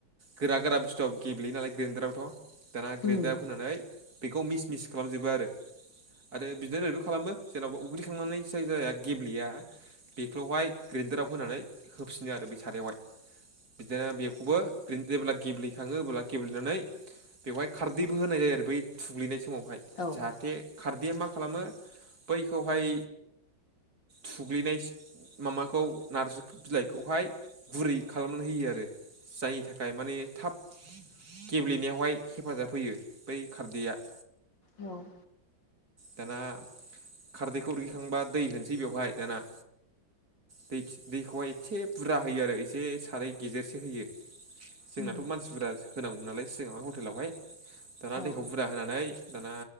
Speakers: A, on the right; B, on the left.
A: गोरा गोरा बुस्थुआबो गेब्लेयो नालाय ग्रोनन्दारावथ' दखना ग्रेन्दायाव
B: उम
A: होनानै बेखौ मिस मिस खालामजोबो आरो आरो बिदिनो ओरैबो खालामो जेनेबा उग्लिखांनानै जाय जाया गेब्लेया बेखौहाय ग्रेन्दाराव होनानै होफिनो आरो बै सारयावहाय बिदिनो बेखौबो जेब्ला गेब्लेखाङो अब्ला गेब्लेनानै बेवहाय खारदैबो होनाय जायो आरो बै थुग्लिनाय समावहाय
B: औ
A: जाहाथे खारदैया मा खालामो बैखौहाय थुग्लिनाय माबाखौ नारजि बिलाइखौहाय गुरै खालामनानै होयो आरो जायनि थाखाय माने थाब गेब्लेनायावहाय हेफाजाब होयो बै खारदैया
B: औ
A: दाना खारदैखौ रुयहोखांबा दै होनोसै बेवहाय दाना दै-दैखौहाय एसे बुरजा होयो आरो एसे साराय गेजेरसो होयो जोंनाथ'
B: उम
A: मानसि बुरजा होनांगौमोन नालाय सिगांहाय हटेलावहाय दाना
B: औ
A: दैखौ बुरजा होनानै दाना